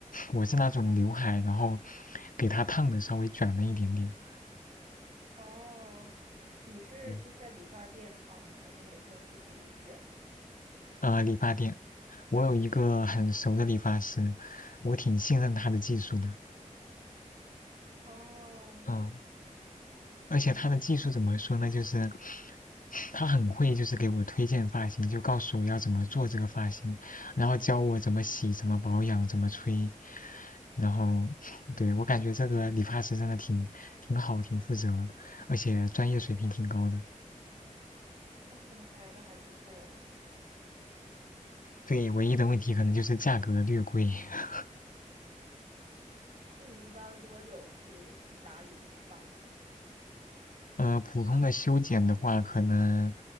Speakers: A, on the left (about 85°); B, on the right (about 65°).
A: 我是那种刘海，然后给它烫的稍微卷了一点点。
B: 哦，你是就是在理发店烫吗？
A: 嗯，
B: 还是每天自己卷？
A: 呃，理发店，我有一个很熟的理发师，我挺信任他的技术的。
B: 哦，
A: 嗯，而且他的技术怎么说呢？就是他很会，就是给我推荐发型，就告诉我要怎么做这个发型，然后教我怎么洗、怎么保养、怎么吹。然后，对，我感觉这个理发师真的挺挺好、挺负责，而且专业水平挺高的。
B: 哦那还那还不错哎。
A: 对，唯一的问题可能就是价格略贵。<laughs>
B: 那你一般多久去就是打理一下发型？
A: 呃，普通的修剪的话，可能